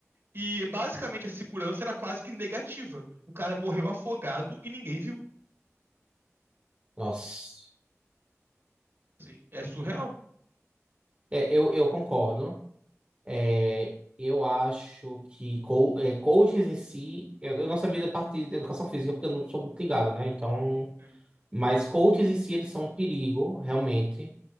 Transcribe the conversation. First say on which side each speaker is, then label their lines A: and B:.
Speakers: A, on the right; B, on the right.
A: e basicamente a segurança era quase que negativa. O cara morreu afogado e ninguém viu.
B: Nossa.
A: Sim, é surreal.
B: É, eu, eu concordo. É, eu acho que co é, coaches em si. Eu, eu não sabia da parte de educação física, porque eu não sou muito ligado, né? Então.
A: Sim,
B: Mas coaches em si, eles são um perigo, realmente.